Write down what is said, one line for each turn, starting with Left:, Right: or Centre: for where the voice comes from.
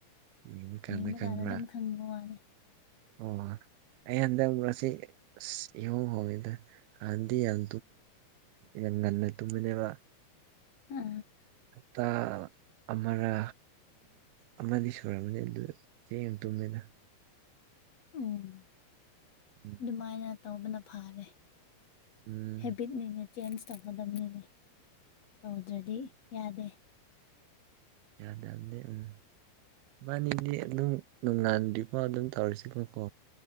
Right: ꯌꯦꯡꯕ
Left: ꯍ
Right: ꯀꯥꯟꯗ
Left: ꯃ
Right: ꯈꯪꯕ꯭ꯔꯥ
Left: ꯀꯥꯟꯔ ꯑꯗꯨꯝ ꯈꯪꯕ ꯃꯥꯜꯂꯦ
Right: ꯑꯣ ꯑꯩ ꯍꯟꯗꯛ ꯃꯔꯨꯔꯁꯤ ꯏꯍꯣꯡ ꯍꯣꯡꯉꯤꯗ ꯍꯥꯟꯥꯟꯗꯤ ꯌꯥꯝ ꯌꯥꯝ ꯉꯟꯅ ꯇꯨꯝꯕꯅꯦꯕ
Left: ꯑ
Right: ꯇ ꯑꯃꯔ ꯑꯃꯗꯤ ꯁꯨꯔꯝꯃꯅꯤ ꯑꯗꯨ ꯆꯦꯡ ꯇꯨꯝꯃꯤꯅ
Left: ꯎꯝ
Right: ꯎꯝ
Left: ꯑꯗꯨꯃꯥꯏꯅ ꯇꯧꯕꯅ ꯐꯔꯦ
Right: ꯎꯝ
Left: ꯍꯦꯕꯤꯠ ꯃꯤ ꯆꯦꯟꯖ ꯇꯧꯒꯗꯕꯅꯤꯅꯦ ꯇꯧꯗ꯭ꯔꯗꯤ ꯌꯥꯗꯦ
Right: ꯌꯥ ꯌꯥꯗꯦ ꯎ ꯃꯥꯕꯥꯅꯤꯗꯤ ꯑꯗꯨꯝ ꯅꯣꯡꯉꯥꯟꯗ꯭ꯔꯤꯀꯣ ꯑꯗꯨꯝ ꯇꯧꯔꯁꯤꯀꯣꯀꯣ